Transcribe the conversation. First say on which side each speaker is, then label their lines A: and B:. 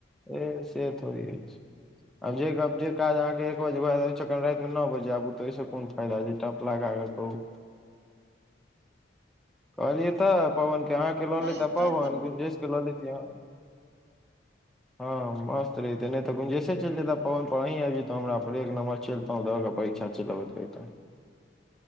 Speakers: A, in the centre; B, on the right.
A: ए से त होइ अछि आब जे जे काज अहाँके एक बज रा न बजे आबू तऽहिससँ कोन फायदा छै टप लगााकऽ कहू कहलियै तऽ पवन के, अहाँ के लऽ
B: नहि
A: लेता
B: एहन
A: पवन
B: कोनो
A: गुेरजेश के लऽ ले हम हँ मस्त रेते नहि तऽ गुंजेशसे चलि जेता पवन पर, अहीं आयब जेत हमरा पर एक नंबर चल तऽऽ परीक्षा चलबैत रहै तऽ